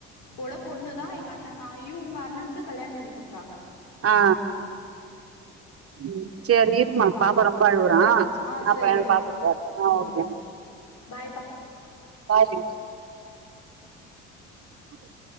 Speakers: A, on the left; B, on the right.
A: ஒட பொண்ணு தா எங்க அண்ண ஆ இவுங்க அண்ணனுக்கு கல்யாணம் பண்ணிக்குடுத்தாங்க
B: ஆ ம் சேரு இருமா பாப்பா ரொம்ப அழுவுறா
A: ஆ
B: நா
A: சேரிப்பா
B: பையன பாத்துட்வரே ஆ
A: ம்
B: ஓகேம்மா
A: பாய்ப்பா
B: பாய் மா ஆ சரி